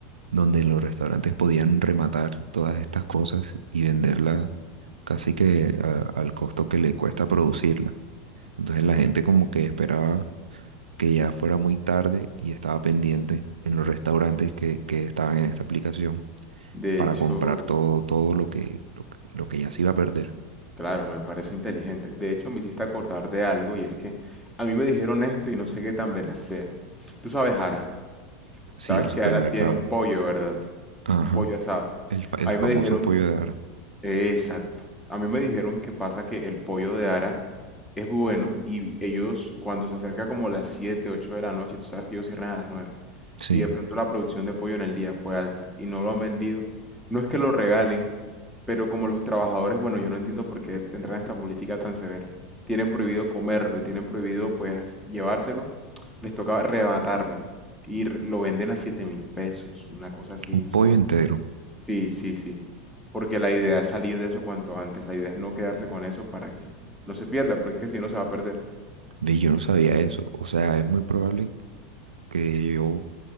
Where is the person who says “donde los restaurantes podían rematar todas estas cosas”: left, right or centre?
Right